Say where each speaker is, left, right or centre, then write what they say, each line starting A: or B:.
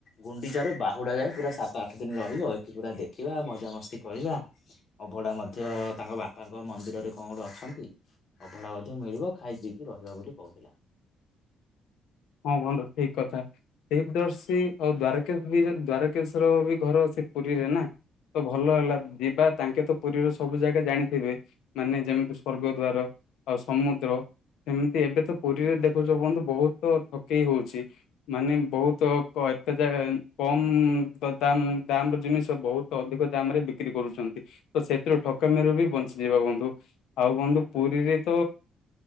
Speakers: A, on the left; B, on the left.
A: ଗୁଣ୍ଡିଚାରୁ ବାହୁଡା ଯାଏ ପୁରା ସା ଆଠ ଦିନ ରହିବା ଏଠି ପୁରା ଦେଖିବା ମଜାମସ୍ତି କ, ଅଭଡା ମଧ୍ୟ ତାଙ୍କ ବାପାଙ୍କ ମନ୍ଦିରରେ କଣ ଗୋଟେ ଅଛନ୍ତି। ଅଭଡା ମଧ୍ୟ ମିଳିବ ଖାଇ ପିଇକି ରହିବା ବୋଲି କହୁଥିଲେ।
B: ହଁ ବନ୍ଧୁ ଠିକ କଥା। ଦେପଦର୍ଶୀ ଆଉ ଦ୍ଵାରକେଶ ବି ଦ୍ଵାରକେଶ ର ବି ଘର ସେ ପୁରୀରେ ନା? ତ ଭଲ ହେଲା ଯିବା ତାଙ୍କେ ତ ପୁରୀର ସବୁ ଜାଗା ଜାଣିଥିବେ, ମାନେ ଯେମିତି ସୂର୍ଗଦ୍ୱାରା ଆଉ ସମୁଦ୍ର ଯେମିତି ଏବେ ତ ପୁରୀରେ ଦେଖୁଛ ବନ୍ଧୁ ବହୁତ ତ ଠକେଇ ହଉଛି। ମାନେ ବହୁତ କ ଏତେ ଜାଗା କମ ଦାମ ଦାମ ର ଜିନିଷ ବହୁତ ଅଧିକ ଦାମ ରେ ବିକ୍ରି କରୁଛନ୍ତି। ତ ସେଥିରୁ ଠକାମିରୁ ବି ବଞ୍ଚିଯିବା ବନ୍ଧୁ, ଆଉ ବନ୍ଧୁ ପୁରୀରେ ତ